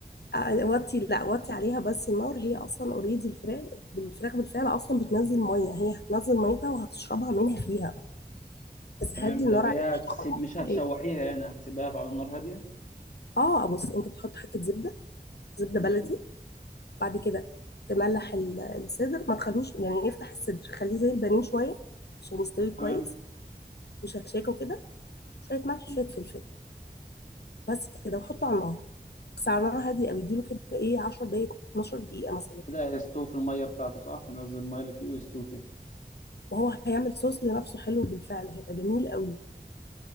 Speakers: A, on the left; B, on the left.
A: أ- وطي لا وطي عليها بس النار هي اصلا اوريدي الفراخ بالفراخ بالفعل اصلا بتنزل ميه هي هتنزل ميتها وهتشربها منها فيها بس
B: تمام
A: هدي
B: ده
A: النار
B: دي
A: عليك
B: هتسيب
A: مش هتاخدها
B: مش هتشوحيها
A: ايه
B: يعني هتسيبها على النار هادية
A: اه بص انت بتحط حته زبده زبده
B: ماشي
A: بلدي بعد كده تملح ال- الصدر ما تخلوش يعني افتح الصدر خليه زي البانيه شويه عشان يستوي كويس
B: تمام
A: وشكشاكه وكده شويه ملح
B: م.
A: شويه فلفل بس كده وحطه على النار بس على نار هاديه قوي اديله كده ايه 10 دقائق 12 دقيقه مثلا
B: كده هيستوي في المية بتاعته صح؟ ينزل المية اللي فيه ويستوي فيها
A: وهو هيعمل صوص لنفسه حلو بالفعل هيبقى جميل قوي